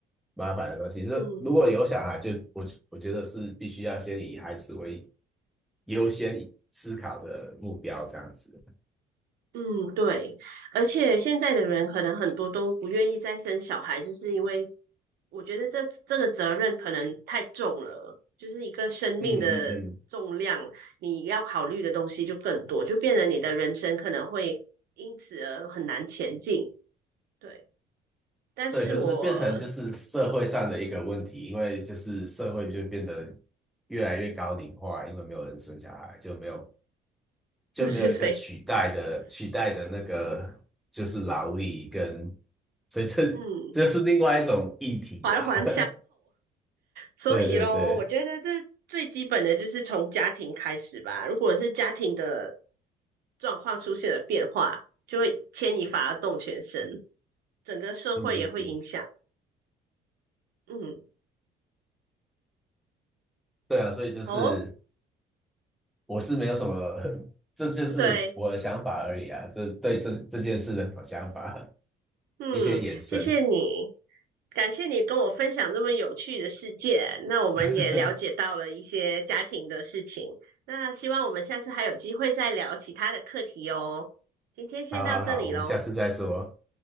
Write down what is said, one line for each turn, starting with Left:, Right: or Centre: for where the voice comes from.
Centre: 麻烦的东西。这如果有小孩就，
Right: 嗯
Centre: 我我觉得是必须要先以孩子为优先思考的目标，这样子。
Right: 嗯，对，而且现在的人可能很多都不愿意再生小孩，就是因为我觉得这这个责任可能太重了，就是一个生命的重量，
Centre: 嗯嗯嗯。
Right: 你要考虑的东西就更多，就变得你的人生可能会因此而很难前进。对，但是我
Centre: 对，可是变成就是社会上的一个问题，因为就是社会就变得越来越高龄化，因为没有人生小孩，就没有
Right: <laughs>
Centre: 就没有一个取代的取代的那个就是劳力跟，
Right: 对对对，
Centre: 所以这这是另外一种议题啦。
Right: 嗯，缓缓
Centre: <laughs>
Right: 所以咯，
Centre: 对对对，
Right: 我觉得这最基本的就是从家庭开始吧。如果是家庭的状况出现了变化，就会牵一发而动全身，整个社会也会影响。
Centre: 嗯嗯嗯。
Right: 嗯，
Centre: 对啊，所以就是
Right: 哦，
Centre: 我是没有什么，<laughs> 这就是我的想法而已啊，
Right: 对，
Centre: 这对这这件事的想法，
Right: 嗯，
Centre: 一些延伸。
Right: 谢谢你，感谢你跟我分享这么有趣的世界。那我们也了解到了一些家庭的事情。
Centre: <laughs>
Right: 那希望我们下次还有机会再聊其他的课题哦。今天先到这里喽，
Centre: 好好好，我们下次再说。